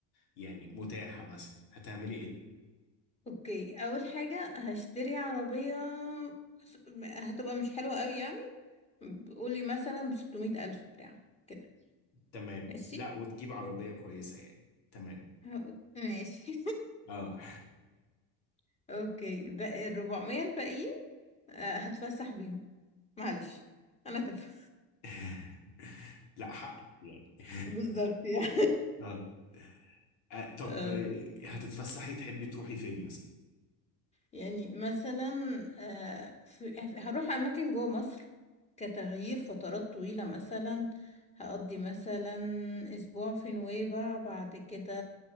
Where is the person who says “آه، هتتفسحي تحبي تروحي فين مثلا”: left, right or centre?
Left